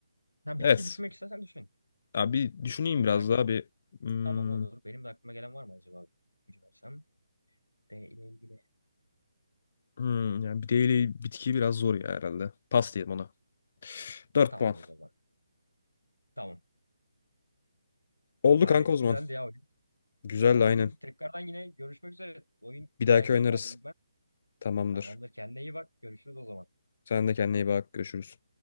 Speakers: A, on the left (about 85°); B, on the left (about 45°).
A: Ha, bitki
B: Evet.
A: düşünmek istersen düşün.
B: Abi düşüneyim
A: Benim
B: biraz
A: de ak-
B: daha bir. Hmm,
A: tamam olur. Benim de aklıma gelen var mı acaba? Gücü versem. D ile ilgili.
B: Hmm, yani bir değil bitki biraz zor ya herhalde. Pas diyelim ona. 4
A: Tamam
B: puan.
A: o zaman. Tamam.
B: Oldu
A: Gayet
B: kanka o zaman.
A: güzeldi ya oyun.
B: Güzeldi
A: Tamam
B: aynen.
A: oyun. Tekrardan yine görüşmek üzere. Oyun
B: Bir dahaki
A: bayağı keyif
B: oynarız.
A: aldım ben.
B: Tamamdır.
A: Tamamdır. Kendine iyi bak. Görüşürüz o zaman.
B: Sen de kendine iyi bak. Görüşürüz.